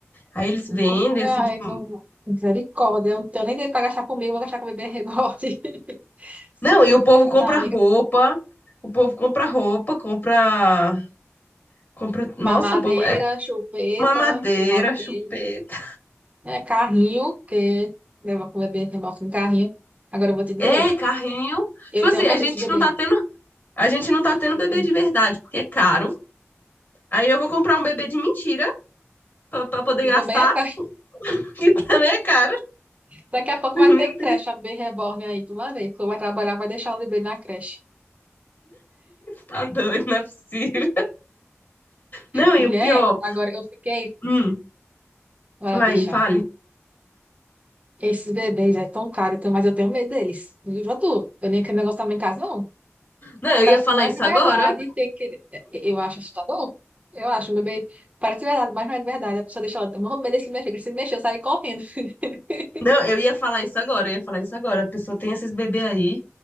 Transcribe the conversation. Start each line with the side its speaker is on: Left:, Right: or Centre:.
Left: Aí eles
Right: cinco
Left: vendem,
Right: mil reais,
Left: assim, tipo,
Right: um, misericórdia. Eu não tenho nem dinheiro para gastar comigo, vou gastar com bebê rebote. <laughs> Cinco
Left: Não, e
Right: mil.
Left: o povo compra
Right: Não, amiga.
Left: roupa, o povo compra roupa, compra, compra,
Right: Mamadeira,
Left: nossa, o povo, é
Right: chupeta,
Left: mamadeira,
Right: sei lá o quê.
Left: chupeta,
Right: É, carrinho, que leva com o bebê rebote no carrinho. Agora eu vou te dizer,
Left: é carrinho.
Right: eu
Left: Tipo
Right: tenho
Left: assim,
Right: medo
Left: a gente
Right: desses bebês
Left: não tá tendo, a gente não tá tendo
Right: eu
Left: bebê
Right: tenho.
Left: de verdade, porque é caro. Aí eu vou comprar um bebê de mentira pra, pra poder
Right: E
Left: gastar,
Right: também é caro.
Left: <laughs> que também é caro.
Right: <laughs> Daqui a pouco
Left: Meu
Right: vai ter
Left: Deus,
Right: creche, a bebê reborn aí, tu vai ver. Tu vai trabalhar, vai deixar o bebê na creche.
Left: tá doido, não é possível. Não,
Right: Mulher,
Left: e o pior,
Right: agora eu fiquei.
Left: hum,
Right: Olha,
Left: vai,
Right: bicha,
Left: fale.
Right: esses bebês é tão caro, então, mas eu tenho medo deles. Viva tu. Eu nem aquele negócio também em casa, não.
Left: Não, eu
Right: Parece,
Left: ia falar
Right: não é
Left: isso
Right: de
Left: agora.
Right: verdade ter que. Eu acho assustador. Eu acho, meu bebê. Parece de verdade, mas não é de verdade. A pessoa deixa ela. Meu bebê se mexer, que se mexer, eu saio correndo. <laughs>
Left: Não, eu ia falar isso agora, eu ia falar isso agora. A pessoa tem esses bebês aí.